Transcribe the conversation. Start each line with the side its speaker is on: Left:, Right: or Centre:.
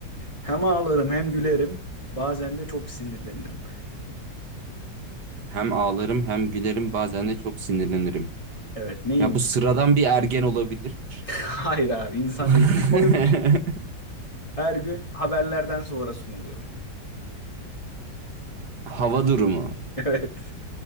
Left: Hem ağlarım hem gülerim. Bazen de çok sinirlenirim.
Right: Hem ağlarım hem gülerim bazen de çok sinirlenirim.
Left: Evet neyim?
Right: Ya bu sıradan bir ergen olabilir.
Left: <laughs> Hayır abi insan
Right: <laughs>
Left: değil. Koyulmuş. Her gün haberlerden sonra sunulur. <laughs>
Right: Hava durumu.
Left: Evet.